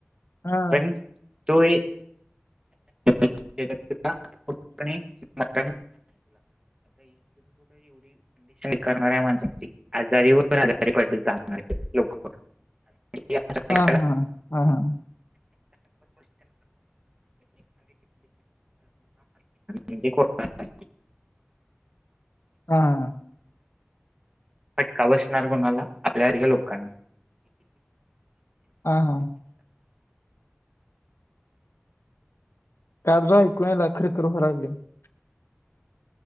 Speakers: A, on the left; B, on the right.
A: हा
B: पण तो. <inaudible> कंडिशन करणार आहे माणसची आजारी व आजारी पर्ल जाणार लोक की आजारी-
A: हा हा हा हा हा.
B: म्हणजे कोरोना
A: हा हा.
B: फटका बसणार कोणाला आपल्या सारख्या लोकांना
A: हा हा. <unintelligible>